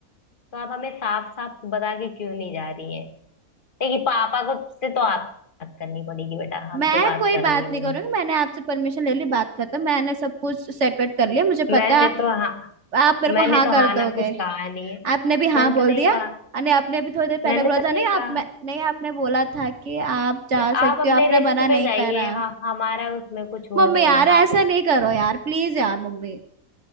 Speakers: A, on the left; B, on the right.
A: तो आप हमें साफ साफ बता के क्यों नहीं जा रही हैं देखिए पापा को से तो आप बात करनी पड़ेगी बेटा हम
B: मैं
A: तो बात
B: कोई
A: करेंगे
B: बात
A: नहीं
B: नहीं करूंगी
A: उनसे
B: मैंने आपसे परमिशन ले ली बात करता मैंने सब कुछ सेट वेट कर लिया मुझे
A: मैंने
B: पता है
A: तो हाँ
B: आप मेरे को
A: मैंने
B: हाँ
A: तो
B: कर
A: हाँ
B: दोगे
A: ना कुछ कहा नहीं है
B: आपने भी हाँ
A: मैंने
B: बोल
A: तो नहीं
B: दिया
A: कहा
B: अरे आपने भी थोड़ी देर पहले
A: मैंने
B: बोला
A: तो
B: था
A: नहीं
B: नहीं आप
A: कहा
B: मैं, नहीं आपने बोला था कि आप जा
A: तो
B: सकती
A: आप अपने
B: हो आपने
A: रिस्क
B: मना नहीं
A: पे जाइए
B: करा
A: हाँ हमारा उसमें कुछ वो
B: मम्मी
A: नहीं
B: यार
A: है हाथ
B: ऐसा
A: है
B: नहीं करो यार प्लीज यार मम्मी